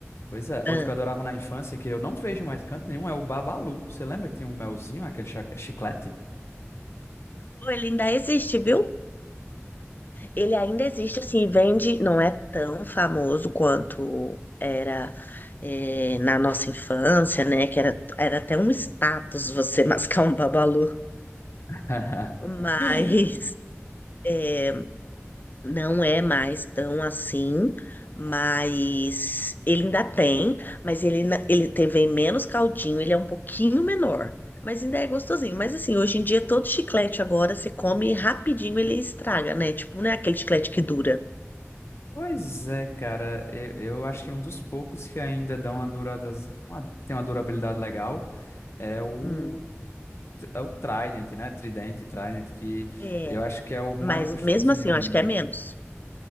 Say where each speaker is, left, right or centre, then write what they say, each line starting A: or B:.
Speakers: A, on the left (about 65°); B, on the left (about 40°).
A: pois é,
B: Ah.
A: outro que eu adorava na infância, que eu não vejo mais em canto nenhum, é o Babalu. Você lembra que tinha um melzinho, aquele cha- chiclete?
B: Pô, ele ainda existe, viu? Ele ainda existe, assim, vende, não é tão famoso quanto era eh, na nossa infância, né? Que era, era até um status você <laughs> mascar um babalu,
A: <laughs>
B: mas é, Não é mais tão assim, mas ele ainda tem, mas ele, na- ele teve menos caldinho, ele é um pouquinho menor, mas ainda é gostosinho. Mas assim, hoje em dia todo chiclete agora você come rapidinho, ele estraga, né? Tipo, não é aquele chiclete que dura.
A: Pois é, cara, eu, eu acho que um dos poucos que ainda dão uma durada, uma- tem uma durabilidade legal é o,
B: Hum.
A: é o Trident, né? Trident, Trident, que
B: É,
A: eu acho que é o mais
B: mas
A: gostosinho
B: mesmo assim, eu
A: ainda
B: acho que é menos.